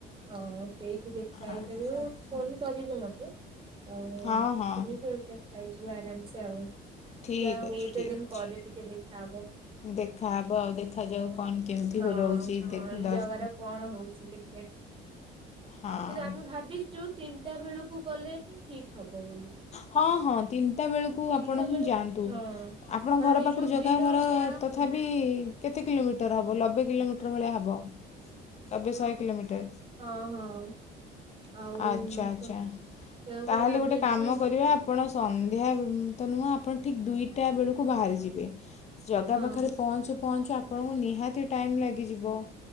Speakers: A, on the right (about 30°); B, on the left (about 40°).
A: ହଁ ସେଇଠି ଦେଖା ହେଇପାରିବି
B: ଆଚ୍ଛା ଆଚ୍ଛା।
A: ଫୋନ୍ କରିବି ମତେ? ଆଉ ତମ
B: ହଁ ହଁ
A: ଫୁଲୁ କୋ ଟା ପାଇଜିବୁ ଆରାମ୍ ସେ ଆଉ।
B: ଠିକ୍
A: ଯାହା ହୋଉ
B: ଅଛି
A: ଏତେ
B: ଠିକ୍
A: ଦିଇନ
B: ଅଛି।
A: ପରେ ଟିକେ ଦେଖାହବ।
B: ଦେଖାହବ ଆଉ ଦେଖାଯାଉ କଣ କେମିତି
A: ହଁ
B: ରହୁଛି
A: କଣ
B: ଦେ ଦର୍
A: ଜଗାର କଣ ହୋଉଚି ଦେଖିଆ।
B: ହଁ।
A: କିନ୍ତୁ ଆମେ ଭାବିଛୁ ଟୁ ତିନିଟା ବେଳକୁ ଗଲେ ହିଁ ଠିକ୍ ହବ ବୋଲି।
B: ହଁ ହଁ ତିନି ତିନିଟା ବେଳକୁ
A: ତିନିଟା
B: ଆପଣ ହିଁ
A: ବେଳ
B: ଯାଆନ୍ତୁ
A: ହଁ।
B: ଆପଣ
A: କାରଣ
B: ଘର
A: ଏଇ
B: ପାଖରୁ
A: ଯୋଉ
B: ଜଗା
A: ଭିଡ
B: ଘର
A: ଜାମ୍
B: ତଥାବି
A: ହଁ
B: କେତେ କିଲୋମିଟର ହବ ଲବେ କିଲୋମିଟର ଭଳିଆ ହବ। ଲବେ ଶହେ କିଲୋମିଟର।
A: ହଁ ହଁ। ଆଉ
B: ଆଛା ଆଚ୍ଛା
A: ତ ସେୟାକୁ
B: ତାହେଲେ
A: ଭାବିଛୁ
B: ଗୋଟେ କା କାମ କରିବା ଆପଣ ସନ୍ଧ୍ୟା ତ ନୁହଁ ଆପଣ ଠିକ ଦୁଇଟା ବେଳକୁ ବାହାରି ଯିବେ। ଜାଗା
A: ହଁ
B: ପାଖରେ ପହଞ୍ଚୁ ପହଞ୍ଚୁ ଆପଣଙ୍କୁ ନିହାତି ଟାଇମ୍ ଲାଗିଯିବ।